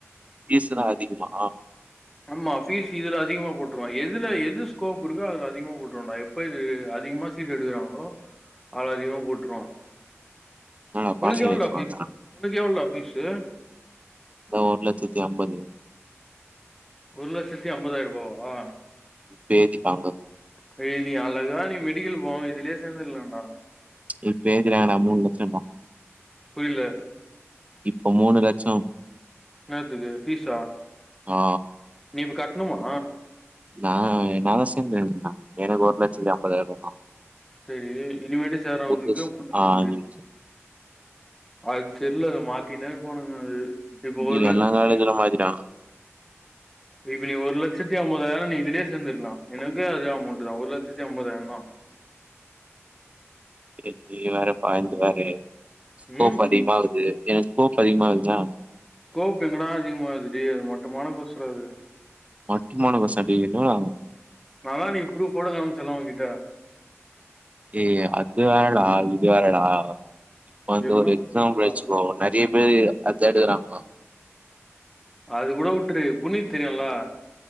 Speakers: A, on the right (about 30°); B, in the centre.
A: பீஸ் இன்னா அதிகமா
B: ஆம்மா ஃபீஸ் இதுல அதிகமா போட்டுருவா எதுல எது ஸ்கோப் இருக்கோ அதுல அதிகமா போட்ருவோடா இப்ப இது அதிகமா சீட் எடுக்குறாங்களோ அதுல அதிகமா போட்ருவா
A: என்னடா
B: உனக்கு
A: பாஷன்
B: எவ்ளோடா
A: ஏத்திப்பாங்க
B: பீஸு உனக்கு எவ்ளோடா பீஸு
A: தா ஒரு லட்சத்து அம்பது
B: ஒரு லட்சத்தி அம்பதாயிரோரூபாவா
A: பேதி பாங்கௌ
B: டேய் நீ அழகா நீ மெடிக்கல் போவாம இதுலியே சேந்துரலான்டா
A: இப்ப எதுக்குடா நா மூணு லட்சோடா
B: புரில
A: இப்போ மூணு லட்சோ
B: என்னாத்துக்கு பீஸ்சா
A: ஆ
B: நீ இப்ப கட்ணுமா
A: நா தா அசைமெண் எழுதனே எனக்கு ஒரு லட்சத்து அம்பதாயிரோதா
B: சேரி இனிமேட்டு சேர்ரவங்களுக்கு
A: புதுசு
B: பூண் லட்சோன்றியா
A: ஆ அஞ்சு லட்சம்.
B: அது தெரில மாத்தினே இருப்பானுங்க அது இப்ப
A: நீ
B: ஒரு லட்சத்தியு
A: எல்லா காலேஜ்ல <inaudible>
B: இப்ப நீ ஒரு லட்சத்தி ஐம்பதாயிரோ நீ இதுலேயோ சேந்துருக்கலா எனக்கு அதே அமௌண்ட் தா ஒரு லட்சத்தி ஐம்பதாயிர தா
A: எ நீ வேற பாயஞ்ஜாரே ஸ்கோப்
B: ம்
A: அதிகமாகுது எனக்கு ஸ்கோப் அதிகமாகுதுதா
B: கோப்பு எங்கடா அதிகமாது டேய் அது மட்டமான கோர்ஸுடா அது
A: மட்டமான கோர்ஸ டேய் என்னடா
B: நா தா அண்னைக்கு ப்ரூப் போட கமிச்செல்லா உங்கிட்ட
A: ஏ அது வேறடா இது வேறடா இப்ப வந்து
B: எல்லாம்
A: ஒரு எக்ஸாம்பிள்
B: உண்மடா
A: வச்சுக்கே நெறைய பேரு அத எடுக்குறாங்கோ
B: அது கூட வுட்டுரு புனித் தெரியுலா